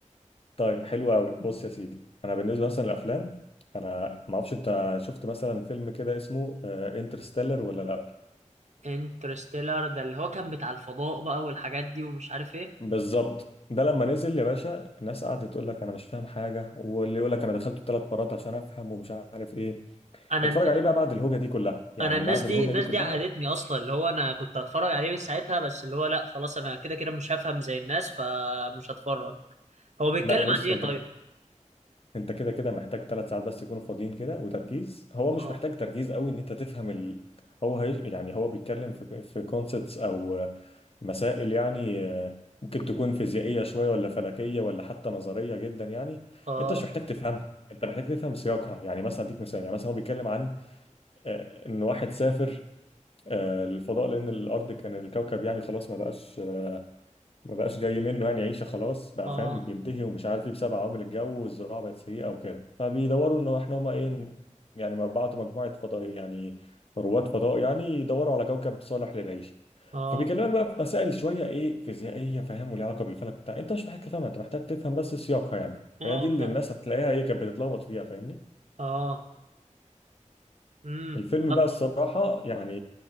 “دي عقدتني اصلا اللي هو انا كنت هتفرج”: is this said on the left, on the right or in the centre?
Right